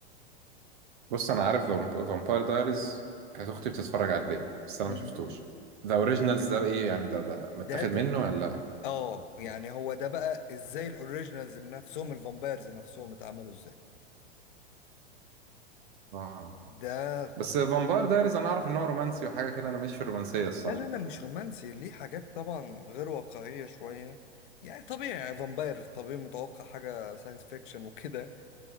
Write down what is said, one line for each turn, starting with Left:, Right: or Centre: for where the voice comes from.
Right: بص انا عارف فامباير دايريز كانت اختي بتتفرج عليه بس انا
Left: مم.
Right: ما شفتوش ذا اوريجينالز ده ايه يعني ده ده متاخد
Left: ده تك...
Right: منه ولا
Left: اه يعني هو ده بقى ازاي الأوريجينالز نفسهم الفامبايرز نفسهم اتعملوا ازاي
Right: اه
Left: ده
Right: بس فامباير دايريز انا اعرف ان هو رومانسي وحاجه كده انا ماشي في الرومانسيه الصراحه
Left: لا لا لا مش رومانسي ليه حاجات طبعا غير واقعية شوية يعني طبيعي يعني فامباير طبيعي متوقع حاجة ساينس فيكشن وكده